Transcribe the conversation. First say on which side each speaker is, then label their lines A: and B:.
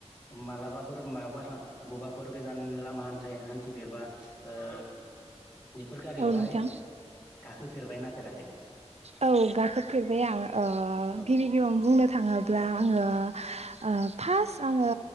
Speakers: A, on the left; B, on the right.
A: मालाबाफोर मायावबा था बबेबाफोर गोजान लामा हान्थाय हान थिफेरबा ओ बेफोर गारियावहाय
B: नोंथां
A: गाखोफेरबाय नाफेराखै?
B: औ गाखोफेरबाय आं ओ
A: औ
B: गिबि गिबियावनो बुंनो थाङोब्ला आङो ओ फास आङो